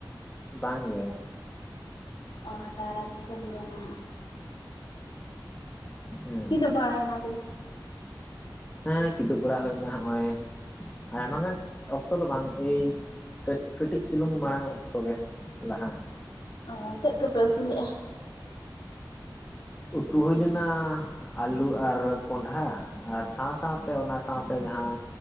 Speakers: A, on the left (about 20°); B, on the left (about 80°).
A: ᱵᱟᱝ ᱜᱮ
B: ᱚ ᱛᱟᱦᱚᱞᱮ ᱴᱷᱤᱠᱟᱹᱱ ᱜᱮᱭᱟ ᱱᱟᱦᱟᱜ
A: ᱦᱩᱸ
B: ᱠᱤᱫᱩᱵ ᱵᱟᱲᱟᱭᱮᱱᱟ ᱵᱤᱱ?
A: ᱦᱮᱸ ᱠᱤᱫᱩᱵ ᱵᱟᱲᱟ ᱦᱩᱭᱮᱱᱟ ᱦᱚᱜᱼᱚᱭ ᱟᱭᱢᱟ ᱜᱟᱱ ᱚᱠᱛᱚ ᱫᱚ ᱵᱟᱝ ᱮᱭ <unintelligible> ᱠᱟᱹᱴᱤᱡ ᱪᱩᱞᱩᱝ ᱢᱟᱲᱟᱝ ᱚᱠᱛᱚ ᱜᱮ ᱞᱟᱦᱟ
B: ᱚᱻ ᱪᱮᱫ ᱠᱚᱯᱮ ᱩᱛᱩ ᱞᱮᱫᱼᱟ?
A: ᱩᱛᱩ ᱦᱩᱭ ᱞᱮᱱᱟᱻ ᱟᱹᱞᱩ ᱟᱨ ᱠᱚᱸᱰᱷᱟ ᱟᱨ ᱥᱟᱶ ᱥᱟᱶᱛᱮ ᱚᱱᱟ ᱥᱟᱶᱛᱮ ᱡᱟᱦᱟᱸ